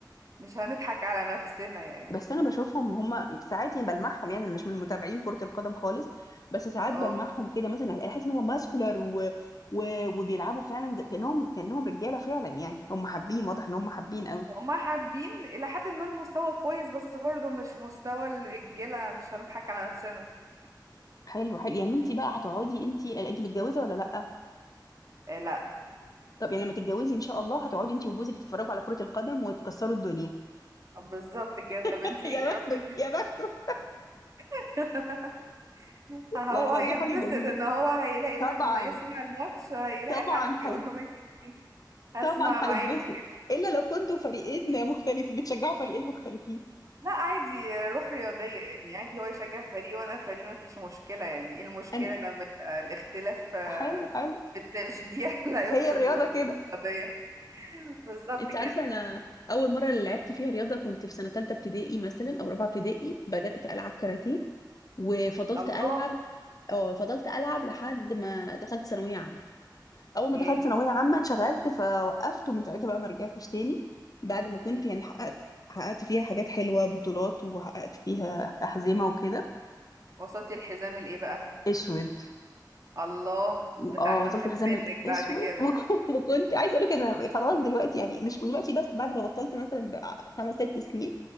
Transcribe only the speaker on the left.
بس انا بشوفهم هم ساعات يعني بلمحهم يعني انا مش من متابعين كرة القدم خالص بس ساعات
بلمحهم كده مثلا احس ان هم ماسكولار و... و... وبيلعبوا فعلا زي- كانهم كانهم رجالة فعلا يعني هم حابين واضح ان هم حابين قوي
حلو حلو يعني انت بقى هتقعدي انت انت متجوزة ولا لا
طب يعني لما تتجوزي ان شاء الله هتقعدي انت وجوزك تتفرجوا على كرة القدم وتكسروا الدنيا
<laughs>
يا
بخته يا بخته
لا لا
دي حاجة جميلة
طبعا
طبعا
هي...
طبعا
هيتبسط الا لو كنتوا فريقين مختلفين بتشجعوا فريقين مختلفين
انا
حلو حلو
هي الرياضه
كده
انت
عارفه انا اول مره لعبت فيها رياضه كنت في سنه ثالثه ابتدائي مثلا او رابعه ابتدائي بدات العب كاراتيه وفضلت
العب أو فضلت العب لحد ما دخلت ثانويه عامه اول ما
دخلت ثانويه عامه انشغلت فوقفت ومن ساعتها بقى ما رجعتش تاني بعد ما كنت
يعني حققت حققت فيها حاجات حلوه بطولات وحققت فيها احزمه وكده
اسود
اه
بطلت
الحزام
الاسود
<laughs> وك- وكنت عايز اقول لك انا خلاص دلوقتي يعني مش دلوقتي بس بعد ما بطلت مثلا بقى خمس ست سنين